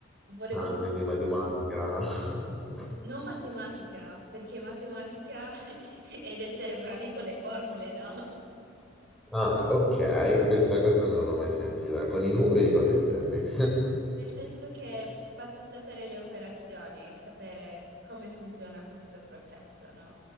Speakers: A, on the right; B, in the centre.
A: volevo
B: Ah, quindi matematica. <laughs>
A: Non matematica, perché matematica <laughs> ed essere bravi con le formule, no?
B: Ah, ok, questa cosa non l'ho mai sentita. Con i numeri cosa intendi? <laughs>
A: Nel senso che basta sapere le operazioni e sapere come funziona questo processo, no?